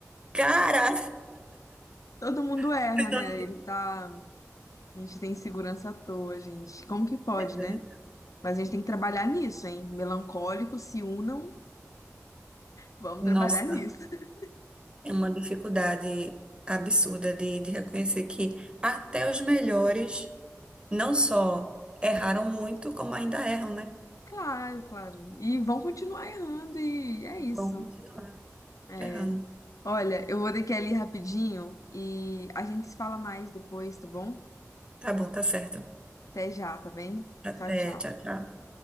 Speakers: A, on the right; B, on the left.
A: Cara,
B: Todo mundo erra,
A: <laughs> você
B: né? Ele tá, a gente tem insegurança à toa, gente. Como que pode,
A: não-
B: né? Mas a gente tem que trabalhar nisso, hein? Melancólicos se unam, vamos
A: nossa,
B: trabalhar nisso. <laughs>
A: é uma dificuldade absurda de, de reconhecer que até os melhores não só erraram muito, como ainda erram, né?
B: Claro, claro. E vão continuar errando e é isso.
A: Vão continuar
B: É.
A: errando.
B: Olha, eu vou ter que ir ali rapidinho e a gente se fala mais depois, tá bom?
A: Tá bom, tá certo.
B: Até já, tá bem?
A: Até,
B: Tchau, tchau.
A: tchau, tchau.